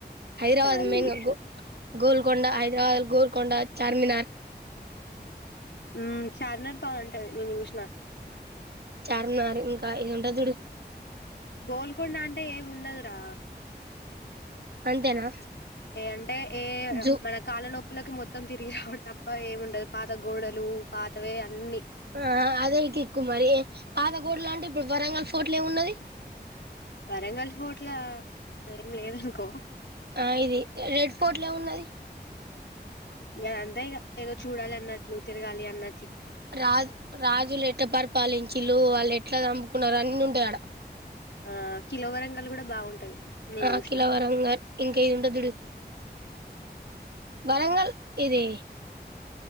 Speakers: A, on the right (about 65°); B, on the left (about 85°).
A: హైదరాబాద్
B: ఫ్యామిలీస్
A: మెయిన్ గా గో గోల్కొండ హైదరాబాద్ గోల్కొండ చార్మినార్
B: ఉమ్ చార్మినార్ బావుంటది నేను చూసిన
A: చార్మినార్ ఇంక ఇది ఉంటది చుడు
B: గోల్కొండ అంటే ఏమి ఉండదురా
A: అంతేనా
B: ఏ అంటే ఏ
A: జూ
B: మన కాల నొప్పి లకు మొత్తం తిరిగి రావుడు తప్ప ఏముండదు పాత గోడలు పాతవే అన్నీ
A: ఆ అదే కిక్కు మరి పాత గోడలంటే ఇప్పుడు వరంగల్ ఫోర్ట్ లో ఏమున్నది
B: వరంగల్ పోర్ట్ ల ఏం లేదనుకో
A: ఆ ఇది రెడ్ ఫోర్ట్ లో ఏమున్నది
B: ఆ అంతే ఇగ ఏదో చూడాలన్నట్లు తిరగాలి అన్న
A: రాజ్ రాజుల ఎట్ ఎట్ల పరిపాలించిళ్ళు వాళ్ళు ఎట్లా చంపుకున్నారు అన్ని ఉంటాయి ఆడ
B: ఆ కిలో వరంగలు కూడా బాగుంటది నేను
A: ఆ
B: చూసిన
A: ఖిలా వరంగల్ ఇంకా ఇదింటది చుడు వరంగల్ ఇది